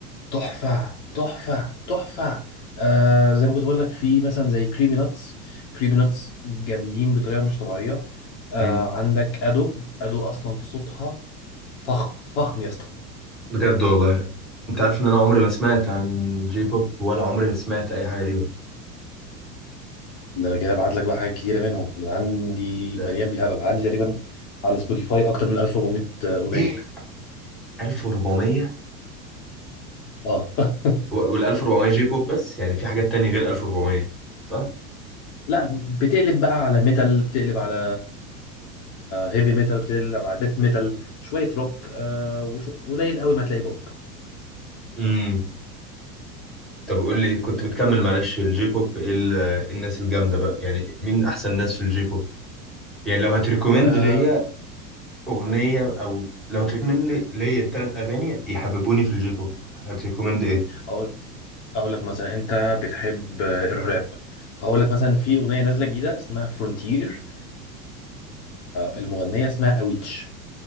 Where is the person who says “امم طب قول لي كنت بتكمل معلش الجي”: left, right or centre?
Centre